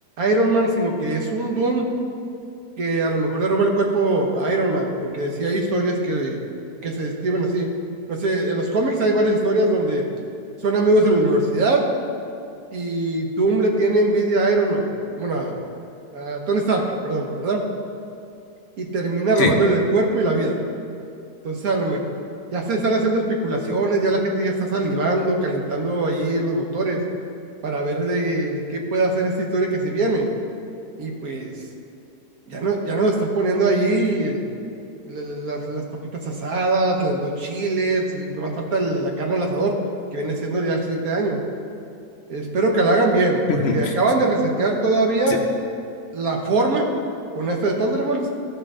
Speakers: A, on the right; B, on the left.
A: Iron Man, sino que es un Doom que a lo mejor le roba el cuerpo a Iron Man, porque sí hay historias que, que se describen así. No sé, en los cómics hay varias historias donde son amigos en la universidad y Doom le tiene envidia a Iron Man, bueno, a, a Tony Stark, perdón, ¿verdad? Y termina robándole
B: Sí.
A: el cuerpo y la vida. Entonces, a lo mejor ya se están haciendo especulaciones, ya la gente ya está salivando, calentando ahí los motores para ver de, de qué puede hacer esta historia que se viene. Y pues ya, no, ya nos están poniendo ahí el, la- la- las, las papitas asadas, la- los chiles, y nomás falta el- la carne al asador, que viene siendo ya el siguiente año. Espero que la hagan bien, porque
B: <laughs>
A: acaban de resetear todavía
B: Sí,
A: la forma con esto de Thunderbolts.